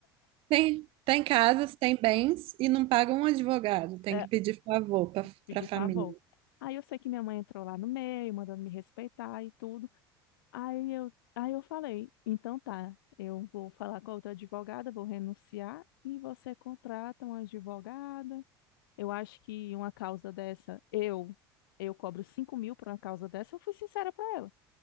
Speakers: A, on the right (about 45°); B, on the left (about 65°).
A: Tem, tem casas, tem bens e não paga um advogado, tem
B: É,
A: que pedir favor para
B: pedi
A: a família.
B: favor. Aí eu sei que minha mãe entrou lá no meio, mandando me respeitar e tudo. Aí eu, aí eu falei, então tá, eu vou falar com a outra advogada, vou renunciar e você contrata uma advogada. Eu acho que uma causa dessa, eu eu cobro cinco mil por uma causa dessa, eu fui sincera pra ela.